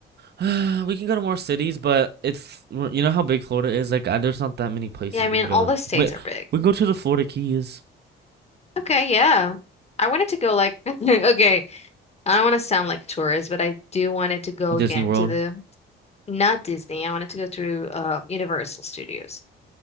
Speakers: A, on the right (about 55°); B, on the left (about 30°).
A: <sighs> We can go to more cities, but it's well, you know how big Florida is. Like, uh, there's not that many places
B: Yeah, I mean
A: we can
B: all
A: go in.
B: the states
A: Wait,
B: are big.
A: we can go to the Florida Keys,
B: Okay, yeah. I wanted to go like <laughs> okay, I don't want to sound like a tourist, but I do wanted to go
A: Disney
B: again
A: World.
B: to the not Disney. I wanted to go to uh Universal Studios.